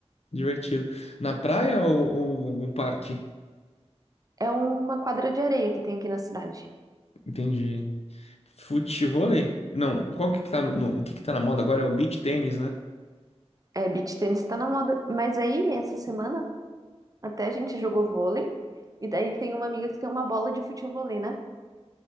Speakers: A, on the left (about 70°); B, on the right (about 35°).
A: divertido. Na praia ou, ou algum parque?
B: É uma quadra de areia que tem aqui na cidade.
A: Entendi. Futevôlei? Não, qual que que tá no, no- o que que tá na moda agora é o beach tênis, né?
B: É, beach tennis tá na moda. Mas aí, essa semana, até a gente jogou vôlei. E daí tem uma amiga que tem uma bola de futevôlei, né?